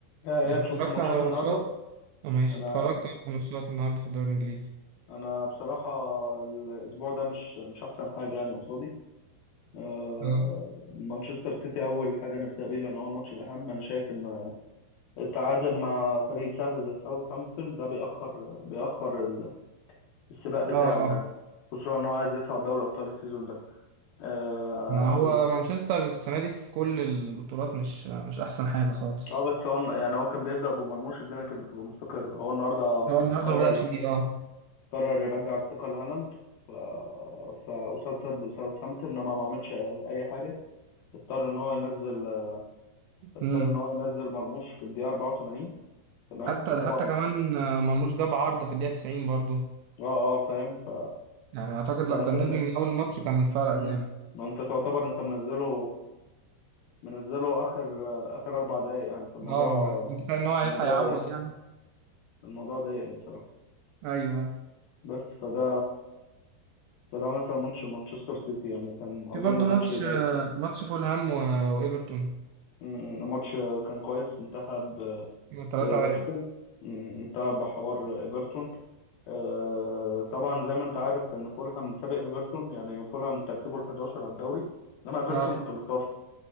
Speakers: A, on the left; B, on the right.
A: يا يا
B: اتفرجت
A: شفت ماتشات
B: على
A: النهارده
B: ماتشات آه، ماشي
A: انا
B: اتفرجت على ماتشات النهارده في الدوري الانجليزي
A: انا بصراحه الاسبوع ده مش مش احسن حاجه يعني قصادي آه،
B: مم.
A: مانشستر سيتي اول حاجه نبدا بيه لان هو الماتش الاهم انا شايف ان التعادل مع فريق سهل زي ساوثهامبتون ده بيأخر بيأخر ال- السباق بتاعه
B: اه اه
A: يعني خصوصا ان هو عايز يصعد دوري ابطال السيزون ده اه
B: ما هو مانشستر السنه دي في كل البطولات مش مش احسن حاجه خالص
A: آه، بس هو يعني هو كان بيبدا بمرموش الدنيا كانت بتبقى مستقره هو النهارده
B: هو النهارده
A: قرر
B: ما بدأش بيه اه
A: قرر يرجع الثقة لهالاند ف... فقصاد ساوث- ساوثهامبتون لما ما عملش أي حاجة اضطر إن هو ينزل اضطر
B: امم
A: إن هو ينزل مرموش في الدقيقة 84 تمام
B: حتى
A: فطبعا
B: حتى كمان آه، مرموش جاب عارضه في الدقيقه 90 برضو
A: اه اه فاهم ف
B: يعني اعتقد
A: يعني
B: لو
A: انت
B: كان
A: من...
B: نزل من اول ماتش كان فرق
A: مم.
B: جامد
A: ما انت تعتبر انت منزله منزله اخر اخر اربع دقايق يعني فالموضوع
B: اه متخيل ان هو هيلحق
A: الموضوع
B: يعوض
A: ضايق
B: يعني
A: الموضوع ضايقني بصراحة
B: ايوه
A: بس فده فده مثلا ماتش مانشستر سيتي يعني كان اظن
B: في برضو
A: ماتش
B: ماتش
A: ضايق
B: آه، ماتش فولهام و- وايفرتون
A: مم. الماتش كان كويس انتهى
B: 3
A: بإيفرتون
B: 1
A: م- متابع حوار إيفرتون آه طبعا زي ما أنت عارف إن فولهام سابق إيفرتون يعني فولهام ترتيبه ال 11 على الدوري إنما إيفرتون
B: اه
A: ال 13